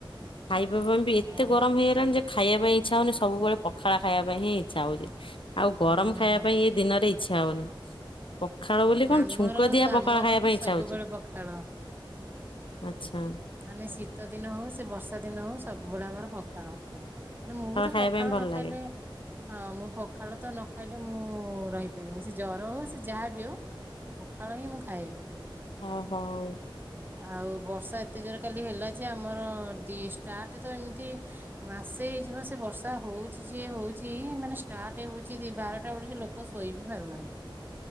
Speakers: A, on the left; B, on the right.
A: ଖାଇବା - ବ - ବ - ବି ଏତେ
B: ହଁ
A: ଗରମ ହେଏ - ଏ ଜାନୁଚୁ, ଖାଇବା ପାଇଁ ଇଚ୍ଛା ହଉନି, ସବୁବେଳେ ପଖାଳ ଖାଇବା ପାଇଁ ହିଁ ଇଚ୍ଛା ହଉଛି। ଆଉ ଗରମ୍
B: ହୁଁ
A: ଖାଇବା ପାଇଁ ଏ ଦିନରେ ଇଚ୍ଛା ହଉନି। ପଖାଳ ବୋଲି କଣ
B: ଆମର
A: ଛୁଙ୍କ ଦିଆ
B: ସ
A: ପଖାଳ
B: ଆମର
A: ଖାଇବା
B: ବି ତ
A: ପାଇଁ ଇଚ୍ଛା
B: ସବୁବେଳେ
A: ହଉଛି
B: ପଖାଳ।
A: ଆଚ୍ଛା।
B: ମାନେ ଶୀତ ଦିନ ହଉ, ସେ ବର୍ଷା ଦିନ ହଉ, ସବୁବେଳେ ଆମର ପଖାଳ। ମୁଁ ବି ତ
A: ଖାଇବା
B: ପଖାଳ
A: ପାଇଁ ଭଲ
B: ନ
A: ଲାଗେ
B: ଖାଇଲେ ହଁ, ମୁଁ ପଖାଳ ତ ନ ଖାଇଲେ, ମୁଁ ରହିପାରିବିନି। ସେ ଜର ହଉ, ସେ ଯାହାବି ହଉ। ପଖାଳ ହିଁ ମୁଁ ଖାଏ।
A: ହଁ, ହଉ।
B: ଆଉ ବର୍ଷା ଏତେ ଜୋରେ କାଲି ହେଲା ଯେ, ଆମର ଦି ଷ୍ଟାର୍ଟ ତ ଏମିତି ମାସେ ହେଇଯିବ, ସେ ବର୍ଷା ହଉଛି ଯେ ହଉଛି। ମାନେ, ଷ୍ଟାର୍ଟ ହଉଛି ଦି ବାରଟା ବେଳୁ ଯେ ଲୋକ୍ ଲୋକ ଶୋଇ ବି ପାରୁନାହାନ୍ତି।